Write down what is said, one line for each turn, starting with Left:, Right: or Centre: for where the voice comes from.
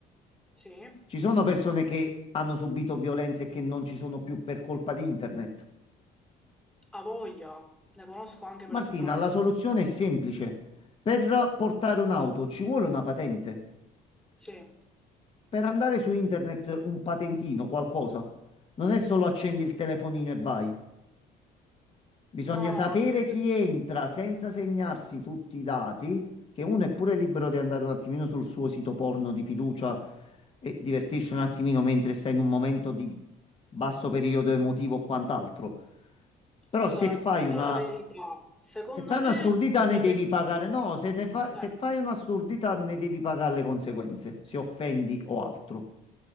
Centre: sì.
Left: ci sono persone che hanno subito violenze e che non ci sono più per colpa di internet.
Centre: A voglia, ne conosco anche personalmente.
Left: Martina, la soluzione è semplice. Per portare un'auto ci vuole una patente.
Centre: Sì, no,
Left: Per andare su internet un patentino, qualcosa, non è solo accendi il telefonino e vai. Bisogna
Centre: no,
Left: sapere
Centre: no, anche... se-
Left: chi entra senza segnarsi tutti i dati, che uno è pure libero di andare un attimino sul suo sito porno di fiducia e divertirsi un attimino mentre sei in un momento di basso periodo
Centre: sì.
Left: emotivo o quant'altro. Però
Centre: Allora,
Left: se fai
Centre: ti dico
Left: una,
Centre: la verità, secondo
Left: se fai un'assurdità
Centre: me...
Left: ne
Centre: Gli autent-
Left: devi pagare. No, se ne fa-
Centre: eh.
Left: se fai un'assurdità ne devi pagare le conseguenze, se offendi o altro.